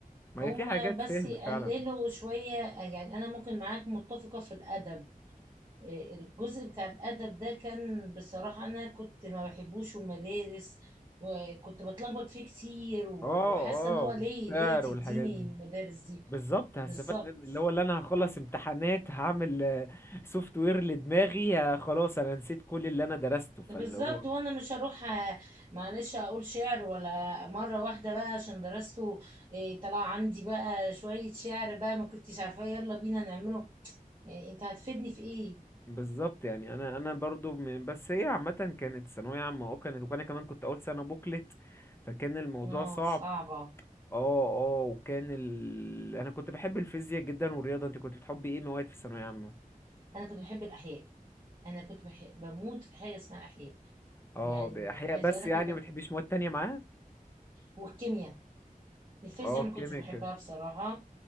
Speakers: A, on the left (about 15°); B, on the right (about 35°).
A: ما
B: هما
A: هي في حاجات
B: بس
A: فهم
B: يقللوا
A: فعلا
B: شوية يعني انا ممكن معاك متفقة في الادب الجزء بتاع الأدب ده كان بصراحة أنا كنت ما بحبوش المدارس وكنت بتلخبط فيه كتير وحاسة
A: اه
B: إن هو
A: اه والشعر
B: ليه ليه تديني
A: والحاجات دي
B: المدارس دي
A: بالظبط هستفاد
B: بالظبط
A: من اللي هو اللي انا هخلص امتحانات هعمل سوفت وير لدماغي آه، خلاص انا نسيت كل اللي انا درسته فاللي
B: بالظبط
A: هو
B: وانا مش هروح آه، معلش اقول شعر ولا مره واحده بقى عشان درسته إيه، طلع عندي بقى شويه شعر بقى ما كنتش عارفاه يلا بينا نعمله يعني انت هتفيدني في ايه
A: بالظبط يعني انا انا برضو م- بس هي عامه كانت ثانويه عامه اه كانت وانا كمان كنت اول سنه بوكلت فكان الموضوع
B: اه
A: صعب
B: صعبه
A: اه اه وكان ال... انا كنت بحب الفيزياء جدا والرياضه انت كنت بتحبي ايه مواد في الثانويه عامه
B: انا كنت بحب الاحياء انا كنت بح... بموت في حاجه اسمها احياء
A: اه
B: يعني
A: بأحياء
B: عايزه
A: بس
B: اقول
A: يعني
B: لك انا
A: ما بتحبيش مواد تانية معاه
B: والكيمياء الفيزياء
A: اه
B: ما كنتش
A: كيميكا
B: بحبها بصراحه